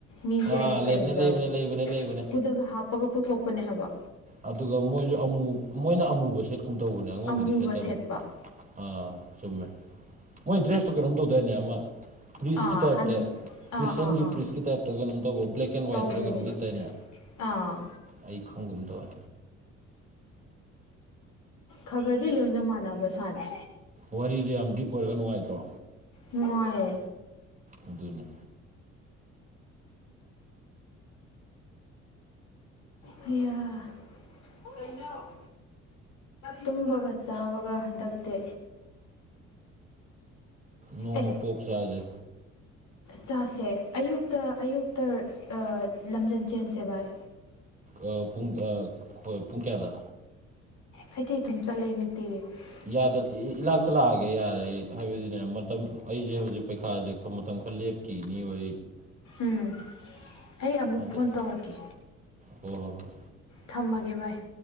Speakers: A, on the left; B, on the right.
A: ꯃꯤꯁꯦ
B: ꯑꯥ
A: ꯀꯩꯅꯣꯗ
B: ꯂꯩꯕꯅꯦ ꯂꯩꯕꯅꯦ ꯂꯩꯕꯅꯦ ꯂꯩꯕꯅꯦ
A: ꯀꯨꯗꯒ ꯍꯥꯞꯄꯒ ꯄꯨꯊꯣꯛꯄꯅꯦ ꯍꯥꯏꯕ
B: ꯑꯗꯨꯒ ꯃꯣꯏꯖꯨ ꯑꯃꯨ ꯃꯣꯏꯅ ꯑꯃꯨꯕ ꯁꯦꯠꯀꯨꯝ ꯇꯧꯕꯅꯦ ꯑꯉꯧꯕꯗꯤ
A: ꯑꯃꯨꯕ
B: ꯁꯦꯠꯇꯕꯅꯤ
A: ꯁꯦꯠꯄ
B: ꯑꯥ ꯆꯨꯨꯝꯃꯦ ꯃꯣꯏ ꯗ꯭ꯔꯦꯁꯇꯣ ꯀꯩꯅꯣꯝ ꯇꯧꯗꯥꯏꯅꯦ ꯑꯃ ꯄ꯭ꯔꯤꯁꯀꯤ
A: ꯑꯥ
B: ꯇꯥꯏꯞꯇ
A: ꯍꯟ ꯑꯥ
B: ꯈ꯭ꯔꯤꯁꯌꯦꯟꯒꯤ
A: ꯑꯥ ꯑꯥ
B: ꯄ꯭ꯔꯤꯁꯀꯤ ꯇꯥꯏꯞꯇ ꯀꯩꯅꯣꯝ ꯇꯧꯕ ꯕ꯭ꯂꯦꯛ ꯑꯦꯟ ꯋꯥꯏꯠꯇꯔ
A: ꯇꯧꯕꯅꯦ
B: ꯀꯩꯅꯣꯝ ꯂꯤꯠꯇꯥꯏꯅꯦ
A: ꯑꯥ
B: ꯑꯩ ꯈꯪꯒꯨꯝ ꯇꯧꯋꯦ
A: ꯈꯒꯗꯤ ꯂꯣꯏꯅ ꯃꯥꯟꯅꯕꯁꯥꯅꯦ
B: ꯋꯥꯔꯤꯖꯦ ꯌꯥꯝ ꯗꯤꯞ ꯑꯣꯏꯔꯒ ꯅꯨꯡꯉꯥꯏꯇ꯭ꯔꯣ
A: ꯅꯨꯡꯉꯥꯏꯌꯦ
B: ꯑꯗꯨꯅꯦ
A: ꯍꯌꯥ ꯀꯩꯅꯣ ꯇꯨꯝꯕꯒ ꯆꯥꯕꯒ ꯍꯟꯗꯛꯇꯤ
B: ꯅꯣꯡꯃ
A: ꯑꯦ
B: ꯄꯣꯛ ꯆꯥꯥꯖꯦ
A: ꯆꯥꯁꯦ ꯑꯌꯨꯛꯇ ꯑꯌꯨꯛꯇ ꯑꯥ ꯂꯝꯖꯦꯟ ꯆꯦꯟꯁꯦ ꯚꯥꯏ
B: ꯑꯥ ꯄꯨꯡ ꯑꯥ ꯍꯣꯏ ꯄꯨꯡ ꯀꯌꯥꯗ
A: ꯑꯩꯗꯤ ꯑꯗꯨꯝ ꯆꯠꯂꯦ ꯇ <inaudible>
B: ꯌꯥꯗ ꯏꯂ <inaudible> ꯍꯛꯇ ꯂꯥꯛꯑꯒꯦ ꯌꯥꯔꯦ ꯍꯥꯏꯕꯗꯤꯅꯦ ꯃꯇꯝ ꯑꯩꯁꯦ ꯍꯧꯖꯤꯛ ꯄꯩꯈꯥꯁꯦ ꯃꯇꯝ ꯈꯔ ꯂꯦꯞꯈꯤꯅꯤꯕ
A: ꯎꯝ ꯑꯩ ꯑꯃꯨꯛ
B: ꯑꯗꯨ
A: ꯐꯣꯟ
B: ꯍꯣꯏ
A: ꯇꯧꯔꯛꯀꯦ
B: ꯍꯣꯏ ꯍꯣꯏ
A: ꯊꯝꯃꯒꯦ ꯚꯥꯏ